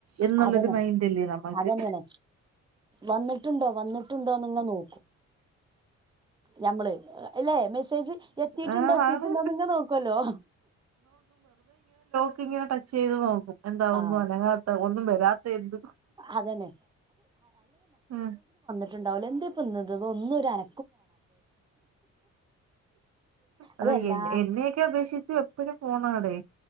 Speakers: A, on the right; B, on the right.
A: എന്നുള്ളൊരു
B: അതന്നെ.
A: മൈൻഡല്ലേ നമ്മക്ക്
B: അതന്നെയാണ്. വന്നിട്ടുണ്ടോ വന്നിട്ടുണ്ടോന്ന് ഇങ്ങനെ നോ ഞമ്മള് എല്ലേ? മെസേജ് എത്തിയിട്ടുണ്ടോ
A: ആ
B: എത്തിയിട്ടുണ്ടോന്നിങ്ങനെ
A: ആണ്
B: നോക്കുവല്ലോ.
A: ക്കിങ്ങനെ ടച്ച്‌ ചെയ്തുനോക്കും. എന്താ
B: ആ
A: ഒന്നും അനങ്ങാത്തെ ഒന്നും വരാത്തെ എന്ത്?
B: അതന്നെ
A: ആഹ്
B: ട്ടിട്ടുണ്ടാവൂലെ? എന്തെ ഇപ്പന്നിത് ഒന്നും ഒരു അന
A: എടോ
B: അതെല്ലാ
A: എ എന്നെയൊക്കെ അപേക്ഷിച്ചു എപ്പഴും ഫോണാടെ.